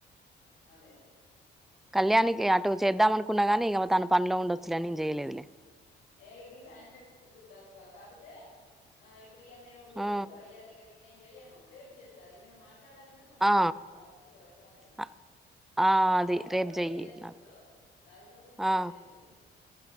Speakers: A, on the left; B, in the centre.
A: అదే అదే
B: కళ్యాణికి
A: సరే
B: అటు చేద్దాం అనుకున్న గాని ఇక తను పనిలో ఉండొచ్చులే అని నేను చేయలేదులే
A: ఏయ్ గీ సాయంత్రం ఎక్కువ కుదిరిద్దక్కా కాపోతే ఆ ఇ ఇప్పుడు ఈయల్నేవో చేస్నావ్
B: ఆ
A: గా ఇయ్యాల నీకు నీకు నేను చెయ్యను రేప్ జేస్తా ఏదన్నమాట్ మాట్లాడాలన్నా కొంచెం
B: ఆ
A: టాపిక్ దొరకాలే కదా
B: అ ఆ అది
A: రాదికక్కకి
B: రేపు
A: నేను
B: చెయ్యి
A: చేద్ ఇప్పుడు
B: నాకు
A: రాదికక్కకి నువ్వు రేపు
B: ఆ
A: చేద్వు